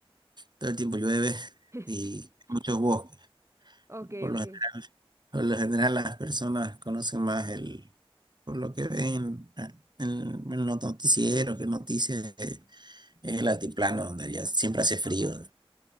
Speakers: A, on the right; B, on the right.
A: todo el tiempo llueve
B: <laughs>
A: y muchos bosques.
B: Ok,
A: ¿no? Por
B: ok.
A: lo general, por lo general las personas conocen más el, por lo que ven ah, en, en los noticieros, que noticias eh, es el altiplano donde ya siempre hace frío.